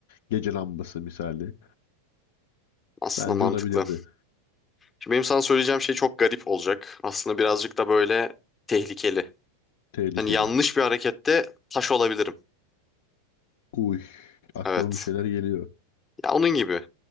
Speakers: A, on the left; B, on the left.
A: Gece lambası misali.
B: Aslında
A: Bence
B: mantıklı.
A: olabilirdi.
B: Şimdi benim sana söyleyeceğim şey çok garip olacak. Aslında birazcık da böyle tehlikeli.
A: Tehlikeli.
B: Hani yanlış bir harekette taş olabilirim.
A: Uy. Aklıma
B: Evet.
A: bir şeyler geliyor.
B: Ya onun gibi.